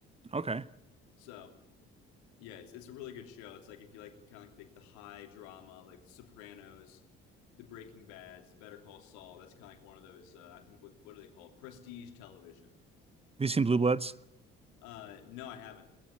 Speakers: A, on the right; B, on the left.
A: Okay,
B: So Yeah, it's it's a really good show. It's like if you like the kind of like the, the high drama, like The Sopranos, The Breaking Bads, Better Call Saul. That's kind of like one of those. Uh, I think what what do they call it? Prestige television.
A: these seem blue bloods.
B: Uh, no, I haven't.